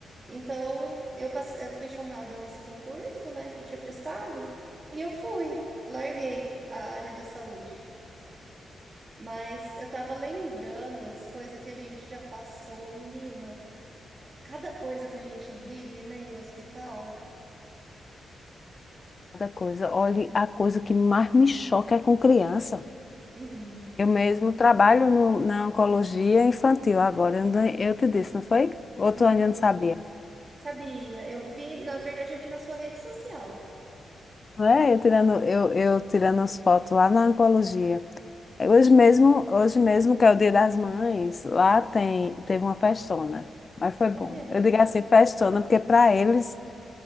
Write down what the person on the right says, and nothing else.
Então, eu passe- eu fui chamada nesse concurso, né, que eu tinha prestado, e eu fui, larguei a área da saúde. Mas eu tava lembrando as coisas que a gente já passou, menina. Cada coisa que a gente vive, né, em hospital.
Uhum,
uhum.
Sabia, eu vi, na verdade, eu vi na sua rede social.
Olha que
legal.